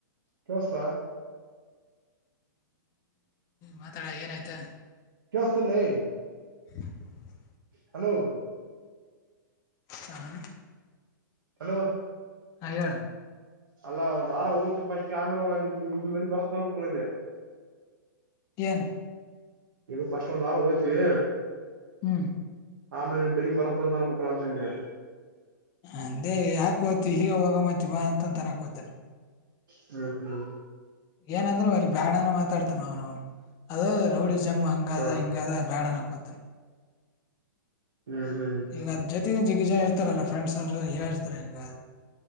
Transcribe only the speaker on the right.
ತೊಸ.
ತ್ಯೊಸ್ತುಲೇ.
ಹಲೋ
ಹಲೋ
ಅಲ್ಲ ಒಂದ್ ವಾರ ಹೋಗತ ಫಸ್ಟ್ ಆಮೇಲೆಲ್ಲಿ ಬರಕ್ನ ಮುಕ್ಕಳಿಂದೆ.
ಈಗ ಫಸ್ಟ್ ಒಂದ್ ವಾರ ಹೋಯ್ತಿವಿ.
ಆಮೇಲೆ ಬೆರೀಗ್ ಬರ್ತ ಅಂತ ಅನ್ಮಕ್ಳ ಅಂತ ಇದೆ.
ಹ್ಮ್ ಹ್ಮ್
ಹ್ಮ್ ಹಾ
ಹ್ಮ್ ಹ್ಮ್